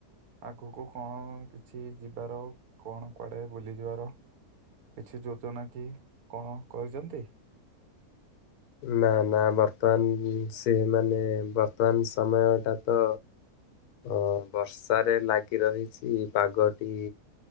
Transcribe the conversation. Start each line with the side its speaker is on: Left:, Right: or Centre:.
Right: ଆଗକୁ କଣ କିଛି ଯିବାର କଣ କୁଆଡେ ବୁଲିଯିବାର। କିଛି ଯୋଜନା କି କଣ କରିଛନ୍ତି।
Left: ନା ନା ବର୍ତ୍ତମାନ ସେ ମାନେ ବର୍ତ୍ତମାନ ସମୟଟା ତ। ଅଁ ବର୍ଷାରେ ଲାଗି ରହିଛି ପାଗଟି‌।